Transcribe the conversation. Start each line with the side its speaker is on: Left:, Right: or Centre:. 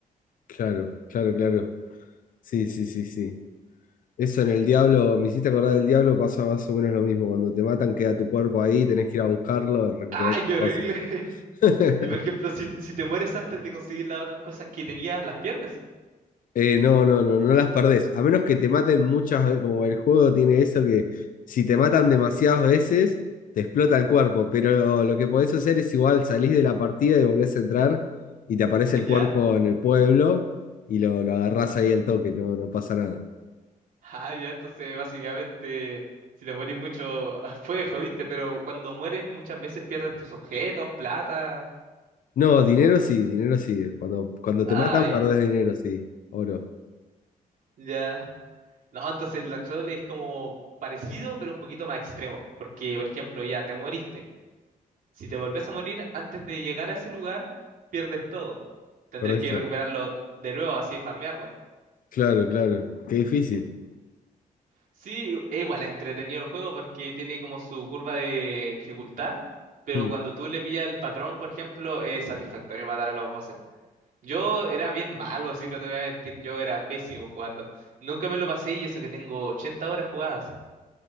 Left: claro, claro, claro. Sí, sí, sí, sí. Eso en el diablo, me hiciste acordar del diablo, pasa más o menos lo mismo. Cuando te matan, queda tu cuerpo ahí, tenés que ir a buscarlo, a recuperar
Right: ¡Ay,
Left: tus
Right: qué horrible!
Left: cosas.
Right: <laughs>
Left: <laughs>
Right: Y por ejemplo, si, te- si te mueres antes de conseguir las otras cosas que tenías, las pierdes.
Left: Eh, no, no, no, no las perdés. A menos que te maten muchas veces, como el juego tiene eso que si te matan demasiadas veces, te explota el cuerpo. Pero lo que podés hacer es igual, salís de la partida y volvés a entrar y te aparece
Right: <laughs>
Left: el
Right: ¿Ya?
Left: cuerpo en el pueblo y lo, lo agarrás ahí al toque, no, no pasa nada.
Right: Ah, ya, entonces básicamente, si te morís mucho, <laughs> fue, jodiste, pero cuando mueres muchas veces pierdes tus objetos, plata.
Left: No, dinero sí, dinero sí. Cuando, cuando
Right: Ah,
Left: te matan,
Right: ya.
Left: perdés dinero, sí. Oro.
Right: Ya. No, entonces el actual es como parecido, pero un poquito más extremo. Porque, por ejemplo, ya te moriste. Si te volvés a morir antes de llegar a ese lugar, pierdes todo. Tendrás
Left: Perdés
Right: que
Left: todo.
Right: recuperarlo de nuevo, así farmearlo.
Left: Claro, claro. Qué difícil.
Right: Sí, e igual es entretenido el juego porque tiene como su curva de dificultad, pero
Left: Mm,
Right: cuando tú le pillas el patrón, por ejemplo, es satisfactorio matar a los bosses. Yo era bien malo, si no te voy a mentir, yo era pésimo jugando. Nunca me lo pasé y eso que tengo ochenta horas jugadas.